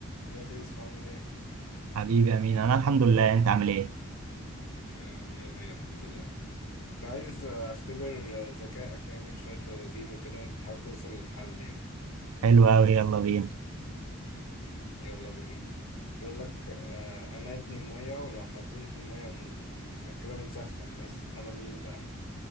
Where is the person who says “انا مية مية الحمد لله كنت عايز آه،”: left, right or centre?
Left